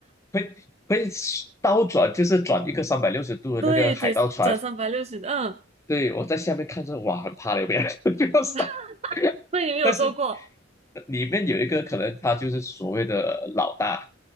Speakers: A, on the left; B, on the right.
A: 会会倒转，就是转一个三百六十度的那个海盗船，
B: 对对，转三百六十的，嗯，
A: 对我在下面看着，哇，很怕的，不要 <laughs> 不要上。
B: <laughs> 那你们有做过，
A: 但是里面有一个可能，他就是所谓的老大